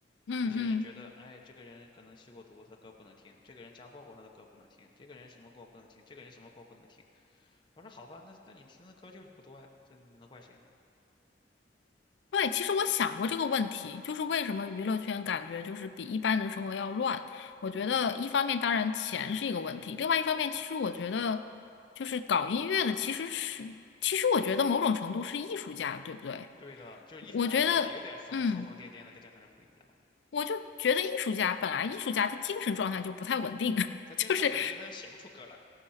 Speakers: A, on the left; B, on the left.
A: 嗯嗯，
B: 有些人觉得，哎，这个人可能吸过毒，他的歌不能听；这个人家暴过，他的歌不能听；这个人什么过不能听；这个人什么过不能听。我说好吧，那那你听的歌就是不多呀，这你能怪谁呢？
A: 对。其实我想过这个问题，就是为什么娱乐圈感觉就是比一般的生活要乱？我觉得一方面当然钱是一个问题，另外一方面其实我觉得就是搞音乐的其实是，其实我觉得某种程度是艺术家，对不对？
B: 对的，就是艺术家，
A: 我觉得。
B: 就是有点疯疯疯癫癫的，
A: 嗯。
B: 跟正常人不一样。
A: 我就觉得艺术家本来艺术家他精神状态就不太稳定啊，<laughs>
B: 他真正的稳定，
A: 就是
B: 他就写不出歌来。